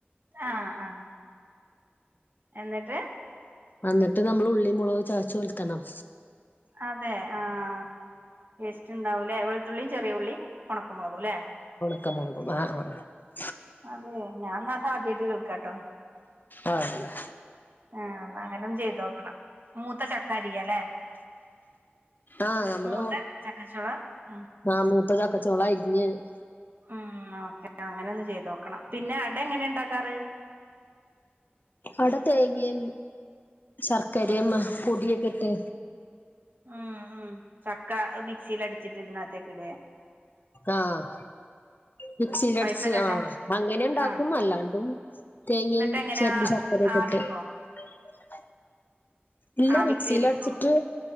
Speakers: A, on the right (about 55°); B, on the left (about 50°).
A: ആഹ് ആ എന്നിട്ട്
B: എന്നിട്ട് നമ്മള് ഉള്ളി മുളക് ചതച്ച് ഒലത്തണം
A: അതെ ആഹ വേസ്റ്റ് ഉണ്ടാവൂലേ വെളുത്തുള്ളിയും ചെറിയ ഉുള്ളിയും ഉണക്ക ക്ക മുളകും ലേ
B: <unintelligible>
A: അതെ ഞാൻന്നാ ട്ട ഇതാദ്യയിട്ട് കേക്കാട്ടോ
B: ആ അല്ലേ
A: ആഹ് അങ്ങനൊന്ന് ചെയ്തോക്കണം മൂത്ത ചക്കരിയാല്ലേ
B: ആഹ് നമ്മള്
A: മൂത്ത ചക്ക ചോള മ്മ്
B: ആ മൂത്ത ചക്ക ചൊള അരിഞ്ഞ് <unintelligible>
A: ഉം ഓക്കെ അങ്ങനെ ഒന്ന് ചെയ്ത് നോക്കണം പിന്നെ അട എങ്ങനെ ഇണ്ടാക്കാറ്
B: അവിട തേങ്ങി ശർക്കരിം പൊടിയൊക്കെ ഇട്ട്
A: ഉം ഉം ചക്കാ മികസിയിലടിച്ചിട്ട് ഇതിനകത്തെേകിടെ
B: ആഹ് മിക്സീലടിച്ചു
A: പഴുത്ത ചക്ക
B: ആ അങ്ങനെണ്ടാക്കും
A: ആഹ്
B: അല്ലാണ്ടും തേങ്ങി
A: എന്നിട്ട് എങ്ങനെയാ
B: ചെരണ്ടി ശർക്കരക്കെ
A: <unintelligible>
B: <inaudible> ഇല്ല
A: ആവിക്ക്
B: മിക്സീൽ
A: വേവിക്കോ
B: അടിച്ചിട്ട്